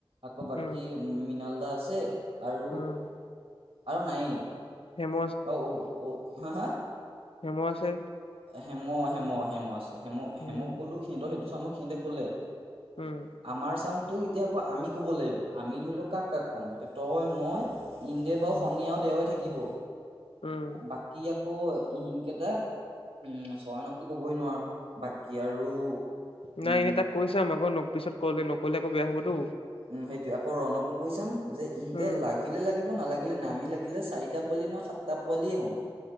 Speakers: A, on the right; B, on the left.
A: আকৌ বাকী
B: উম,
A: মৃণাল দা আছে আৰু,
B: উম,
A: আৰু নাই
B: হেম
A: অ', হা, হা
B: হেমহ আছে
A: হেম, হেম, হেম, আছে হেমু,
B: উম,
A: হেমু কলো সিহঁতেইটো চাম মোক সিহঁতে ক'লে
B: উম,
A: আমাৰ চাম তোক এতিয়া আকৌ আমি ক'ব লাগিব আমি ধৰি লও কাক, কাক ক'ম এতিয়া তই মই ইন্দে বাৰু
B: উম,
A: শনিয় আৰু দেওাই থাকিব
B: উম,
A: বাকী আক ই হিনতে উম চয়নকতো কবই নোৱাৰো বাকী আৰু
B: নাই
A: উম
B: এনেই তাক কৈ চাম আকৌ পিছত কলে নকলে আকৌ বেয়া হ'বতো
A: উ সেইটো আকৌ ৰণকো কৈ চাম যে ইহঁতে
B: উম।
A: লাগিলে লাগিব নালাগিলে নাই আমি লাগিলে চাৰিটা পোৱালি নয় সাত তপলি হওঁ